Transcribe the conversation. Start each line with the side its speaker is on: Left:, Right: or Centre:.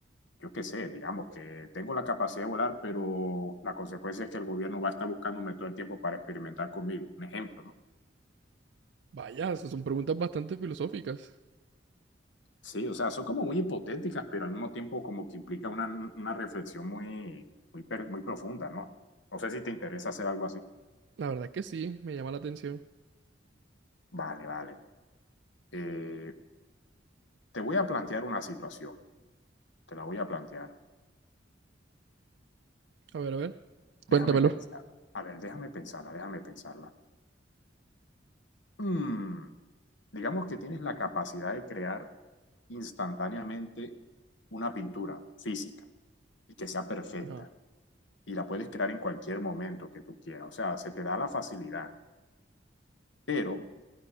Left: yo qué sé, digamos que tengo la capacidad de volar, pero la consecuencia es que el gobierno va a estar buscándome todo el tiempo para experimentar conmigo. Un ejemplo, ¿no?
Right: vaya, esas son preguntas bastante filosóficas.
Left: Sí, o sea, son como muy hipotéticas, pero al mismo tiempo como que implica una, una reflexión muy, muy, per- muy profunda, ¿no? No sé si te interesa hacer algo así.
Right: La verdad que sí, me llama la atención.
Left: Vale, vale. Eh, te voy a plantear una situación, te la voy a plantear.
Right: A ver, a ver,
Left: Déjame
Right: cuéntamelo.
Left: pensar. A ver, déjame pensarla, déjame pensarla. Mm, digamos que tienes la capacidad de crear instantáneamente una pintura física y que sea perfecta
Right: Ajá,
Left: y la puedes crear en cualquier momento que tú quieras. O sea, se te da la facilidad, pero